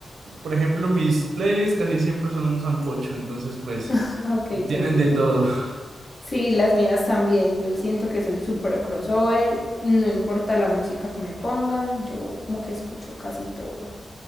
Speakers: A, on the right; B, on the left.
A: por ejemplo, mis playlists casi siempre son un sancocho, entonces pues
B: <laughs> Ah, Ok,
A: tienen
B: te entiendo.
A: de todo. <laughs>
B: Sí, las mías también. Yo siento que soy súper crossover. No importa la música que me pongan, yo como que escucho casi todo.